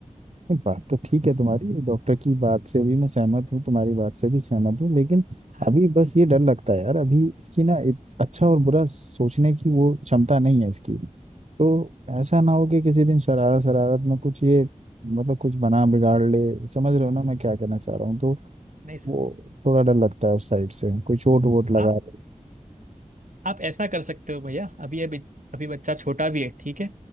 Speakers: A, on the right (about 55°); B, on the right (about 80°).
A: नहीं बात तो ठीक है तुम्हारी डॉक्टर की बात से भी मैं सहमत हूँ तुम्हारी बात से भी सहमत हूँ लेकिन
B: हाँ
A: अभी बस ये डर लगता है यार अभी इसकी ना इत- अच्छा और बुरा सोचने की वो क्षमता नहीं है इसकी तो ऐसा ना हो कि किसी दिन शरारत शरारत में कुछ ये मतलब कुछ बना बिगाड़ ले समझ रहे हो ना मैं क्या कहना चाह रहा हूँ तो
B: नहीं सर
A: वो थोड़ा डर लगता है उस साइड से कोई चोट वोट लगा
B: आप
A: ले
B: आप ऐसा कर सकते हो भैया अभी अभी अभी बच्चा छोटा भी है ठीक है